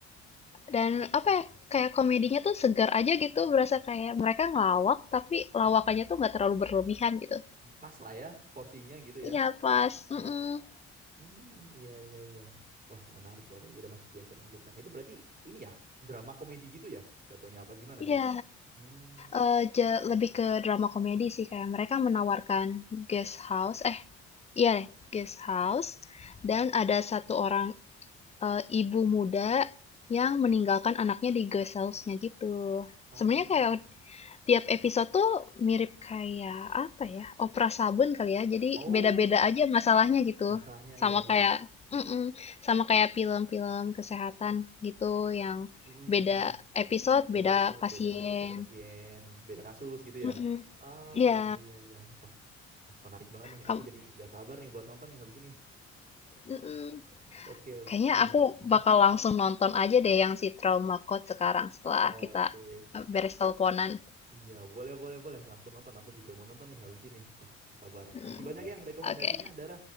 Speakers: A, on the left; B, on the right.
A: dan apa ya? Kayak komedinya tuh segar aja gitu, berasa kayak mereka ngelawak tapi
B: Tapi
A: lawakannya tuh nggak terlalu berlebihan gitu.
B: mm, pas lah ya porsinya gitu ya.
A: Iya, pas.
B: Hmm.
A: Mm-mm.
B: Hmm, iya iya iya. Wah, menarik tuh apalagi ada Mas Gwen sana, Gwen sana. Itu berarti ini ya drama komedi gitu ya jatuhnya apa gimana
A: Iya.
B: tuh? Hmm.
A: Eee, ja lebih ke drama komedi sih, kayak mereka menawarkan guest house eh, iya deh, guest house dan ada satu orang, eee, ibu muda yang meninggalkan anaknya di guest house-nya gitu.
B: Oh.
A: Sebenarnya kayak tiap episode tuh mirip kayak, apa ya, opera sabun kali ya, jadi
B: Oh,
A: beda-beda aja masalahnya gitu.
B: masalahnya
A: Sama
B: iya iya.
A: kayak mhm, sama kayak film-film kesehatan gitu yang
B: Mm, mm,
A: beda
B: mm.
A: episode,
B: Beda
A: beda
B: episode,
A: pasien.
B: beda beda pasien, beda kasus gitu ya.
A: Mhm.
B: Oh,
A: Iya,
B: iya iya iya. Wah, wah menarik banget nih.
A: kam
B: Aku jadi nggak sabar nih buat nonton nih habis ini.
A: mhm.
B: Oke, oke.
A: Kayaknya aku
B: Hmm.
A: bakal langsung nonton aja deh yang si Trauma Code sekarang setelah
B: Oke.
A: kita, eee, beres teleponan.
B: Iya, boleh, boleh, boleh. Langsung nonton. Aku juga mau nonton nih habis ini. Wah, nggak sabar.
A: Mhm.
B: Masih banyak ya rekomendasinya,
A: Oke.
B: Dara.